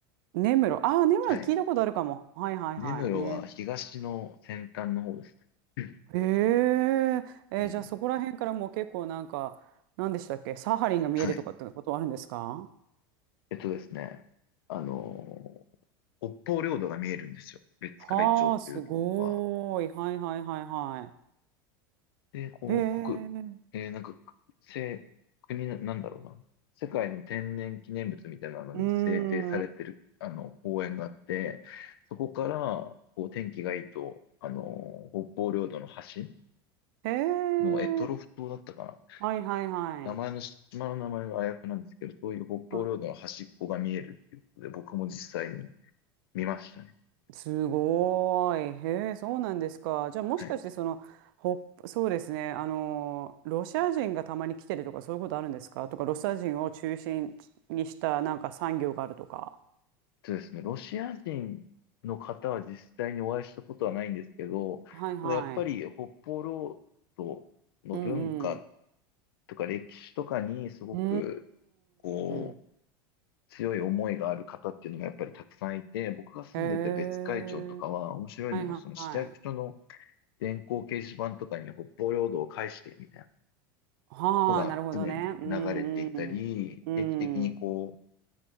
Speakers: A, on the right; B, on the left.
A: 根室。ああ、根室聞いたことあるかも。
B: はい。
A: はいはいはい。
B: 根室は東の先端の方ですね。
A: ね。
B: うん。
A: へえ。えーじゃあそこら辺からもう結構なんか、
B: うん
A: 何でしたっけサハリンが見えるとかってことはあるんですか
B: はい。えっとですね、あのー北方領土が見えるんですよ。別海町っていうところは。
A: はあ、すごーい。はいはいはいは
B: で、こう、
A: い。へえ。
B: 国、えーなんか、せ、国な、なんだろうな。世界の天然記念物みたいなのに制定されてる、
A: うーん。
B: あの、公園があって、そこから、こう、天気がいいと、あのー北方領土の端、
A: へえ。
B: の択トロフ島だったかな。
A: はいはいはい。
B: 名前の、島の名前があやふなんですけど、そういう北方領土の端っこが見えるっていうことで、
A: あ
B: 僕も実際に見ましたね。
A: すごーい。へえ、そうなんですか。じゃあもしかしてその、
B: はい。
A: ほ、そうですね。あの、ロシア人がたまに来てるとかそういうことあるんですかとか、ロシア人を中心にしたなんか産業があるとか。
B: そうですね、ロシア人の方は実際にお会いしたことはないんですけど、
A: はいはい。
B: ただやっぱり北方領土の文化
A: うんうん。
B: とか歴史とかにすごく
A: うー
B: こ
A: ん。
B: う強い思いがある方っていうのがやっぱりたくさんいて、僕が住んでいた別海町とかは面白いのがその市役所の
A: へえ。はいはいはい。
B: 電光掲示板とかに北方領土を返してみたいな
A: はあ、
B: のが常に流れていたり、
A: なるほどね。うんうん。う
B: 定期的にこう、
A: ん。